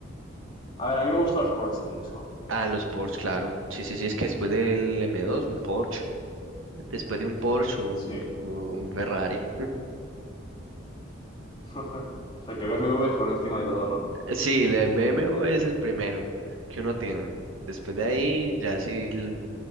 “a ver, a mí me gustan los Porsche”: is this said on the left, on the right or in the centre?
Left